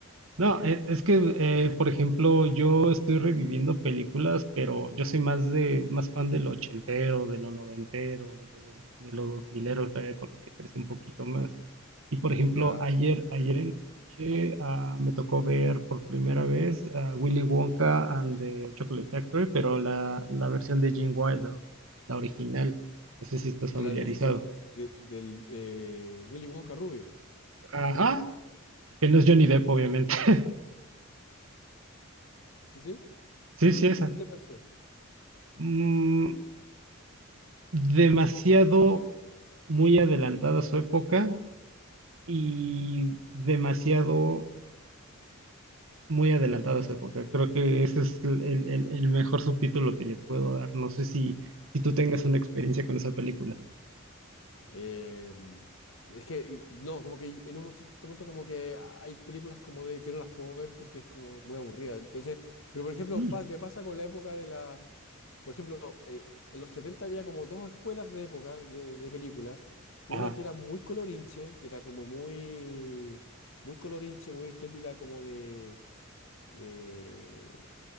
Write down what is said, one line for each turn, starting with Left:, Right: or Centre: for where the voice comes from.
Right: No, e- es que, eh, por ejemplo, yo estoy reviviendo películas, pero yo soy más de, más fan de lo ochentero, de lo noventero, de lo, do- de lo dos milero, todavía con lo que crecí un poquito más. Y por ejemplo,
Left: Ya.
Right: ayer, ayer en la noche, ah, me tocó ver por primera vez a Willy Wonka and the Chocolate Factory, pero la, la versión de Gene Wilder, la original. No sé si estás familiarizado.
Left: La del, del, de- del eh, Willy Wonka rubio.
Right: Ajá, que no es Johnny Depp, obviamente. <laughs>
Left: Sí, sí.
Right: Sí,
Left: ¿Y
Right: sí, esa.
Left: qué te pareció?
Right: Mm, Demasiado muy adelantada a su época y demasiado muy adelantada a su época. Creo que ese es el, el- el el mejor subtítulo que le puedo dar. No sé si, si tú tengas una experiencia con esa película.
Left: Eh, es que, eh, no, como que en un cierto momento como que hay películas como de que no las puedo ver porque es como muy aburrida. Entonces, pero por ejemplo,
Right: Mm,
Left: pas- me pasa con la época de la... Por ejemplo, eh, en los 70 había como dos escuelas de época, de, de película. Una
Right: Ajá,
Left: que era muy colorinche, que era como muy, muy colorinche, muy estética, como de, de,